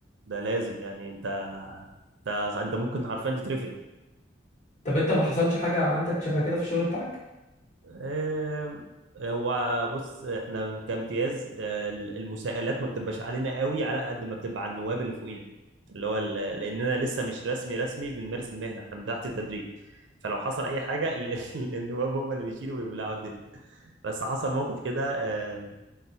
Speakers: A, on the right; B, on the left.
A: ده لازم يعني انت انت انت ممكن حرفيا تترفد
B: طب انت ما حصلش حاجه عندك شبه كده في الشغل بتاعك
A: آم، هو بص احنا كامتياز آه، المساءلات ما بتبقاش علينا قوي على قد ما بتبقى على النواب اللي فوقينا اللي هو ال- لاننا لسه مش رسمي رسمي بنمارس المهنه احنا من تحت التدريب فلو حصل اي حاجه ال- <laughs> ال- النواب هم اللي بيشيلوا ويبلعوا الدنيا بس حصل موقف كده آم،